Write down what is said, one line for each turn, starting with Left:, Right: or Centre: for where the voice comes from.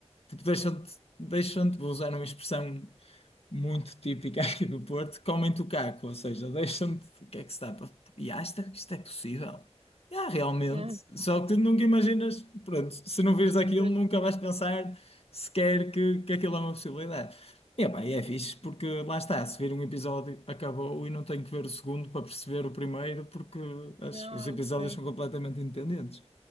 Left: tipo, deixam-te, deixam-te, vou usar uma expressão muito típica <laughs> aqui do Porto, comem-te o caco, ou seja, deixam-te, o que é que se dá para... E ah, isto, é- isto é possível. E, Ah, realmente,
Right: Ah,
Left: só que tu nunca imaginas, pronto, se não vires aquilo,
Right: pois.
Left: nunca vais pensar sequer que, que aquilo é uma possibilidade. É, pá, e é fixe porque lá está, se vir um episódio acabou e não tenho que ver o segundo para perceber o primeiro porque as-
Right: Ah,
Left: os episódios
Right: ok.
Left: são completamente independentes.